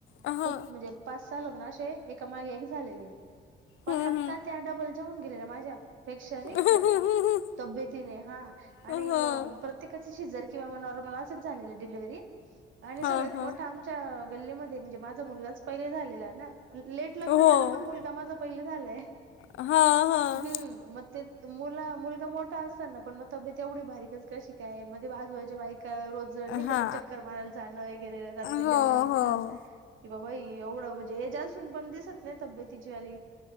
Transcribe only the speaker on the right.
खूप म्हणजे पाच सहा लग्न अशे एकामागे एक झालेले. पण
आत्ता त्या डबल जेऊन गेलेल्या माझ्या पेक्षा नाही
का? तब्येतीने हा आणि
प्रत्येकाच शिजर किंवा नॉर्मल असंच झालेलं डिलिव्हरी आणि
सगळ्यात
मोठा आमच्या गल्लीमध्ये, म्हणजे माझा मुलगाच पहिले झालेला ना, लेट लग्न
झालं पण मुलगा माझा पहिले झालाय
हम्म मग ते त मुला मुलगा मोठा असताना. पण मग तब्येत एवढी बारीकच कशी काय मध्ये बाजूबाच्या बाईक का रोज नाही
का चक्कर मारायला जाणं वगैरे रात्री
जेवणानंतर
बाई एवढं म्हणजे हे ज असून पण दिसत नाही तब्येत तिची वाली.